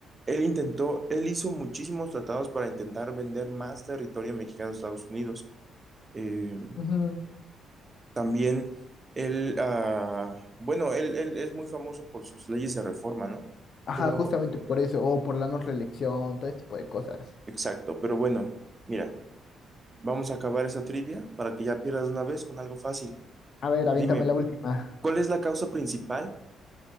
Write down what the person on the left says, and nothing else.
Ujú.
Ajá,
justamente
por eso, o por la no reelección, todo ese tipo de cosas.
A ver, aviéntame
la última.